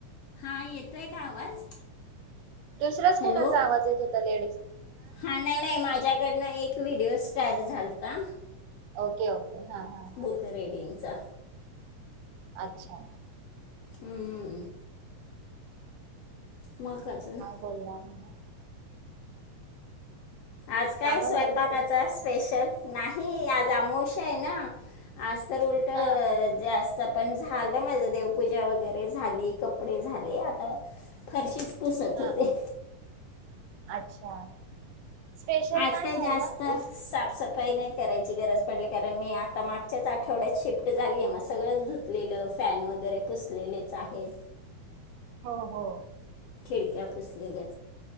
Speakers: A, on the left; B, on the right.
A: हा येतोय का आवाज.
B: दुसऱ्याच कोणाचा
A: हॅलो
B: आवाज येत होता लेडीज.
A: हा नाही नाही माझ्याकडनं एक व्हिडिओ स्टार्ट झालता.
B: ओके ओके हा हा. हा
A: बुक रीडिंगचा.
B: अच्छा!
A: हम्म हम्. मग कााजून.
B: <unintelligible>
A: आज काय
B: कामं
A: स्वयंपाकाचा
B: झाली तुझी
A: स्पेशल. नाही आज अमोश आहे ना आज तर उलट
B: हा
A: जास्त. पण झालं माझ देवपूजा वगैरे झाली कपडे झाले आता. फारशीच पुसत
B: हा
A: होते.
B: अच्छा! स्पेशल
A: आज
B: काय
A: काही
B: नाही
A: जास्त
B: ग
A: साफसफ.
B: उस
A: उपाय नाही करायची गरज पडली कारण मी आता मागच्याच आठवड्यात शिफ्ट झाली आहे मग सगळं. लेलं फॅन वगैरे पुसलेलेच आहेत.
B: हो हो.
A: खिडक्या पुसली ग.